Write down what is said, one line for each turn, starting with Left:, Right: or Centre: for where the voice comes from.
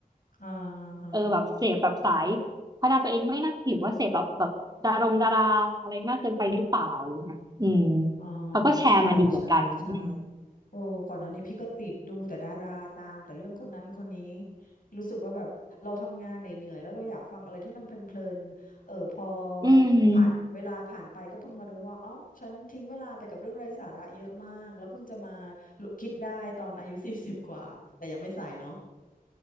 Left: อ่า
Right: เออแบบเสพแบบสาย
Left: ฮะ
Right: พัฒนาตัวเองไหม่นะหรือว่าเสพแบบแบบดารงดาราอะไรมากเกินไปหรือเปล่าอะไรเงี้ยอืม
Left: อ่า
Right: เขาก็แชร์มาดีเหมือนกันอืม
Left: ใช่ใช่ใช่โอ้ก่อนหน้านี้พี่ก็ติดดูแต่ดาราตามแต่เรื่องคนนั้นคนนี้รู้สึกว่าแบบเราทำงานเหนื่อยๆแล้วเราอยากฟังอะไรที่มันเพลินๆเออพอ
Right: อืม
Left: ผ่านเวลาผ่านไปก็เพิ่งมารู้ว่าเอ้าฉันทิ้งเวลาไปกับเรื่องไร้สาระเยอะมากแล้วเพิ่งจะมาคิดได้ตอนอายุ <laughs> สี่สิบกว่าแต่ยังไม่ใส่เนาะ